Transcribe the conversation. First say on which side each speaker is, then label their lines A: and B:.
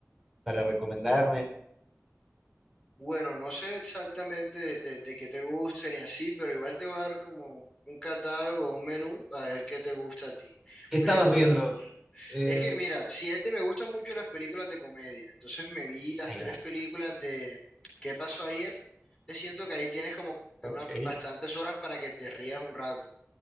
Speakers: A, in the centre; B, on the left.
A: para recomendarme.
B: Bueno, no sé exactamente de, de- de qué te gusten y así, pero igual te voy a dar como un catálogo, un menú, a ver qué te gusta a ti.
A: ¿Qué estabas
B: Por ejemplo,
A: viendo?
B: bueno,
A: El-
B: Es que, mira, si es de me gustan mucho las películas de comedia, entonces me vi las
A: Ahí
B: tres
A: va,
B: películas de ¿Qué pasó ayer? Te siento que ahí tienes como que
A: ok.
B: unas bastantes horas para que te rías un rato.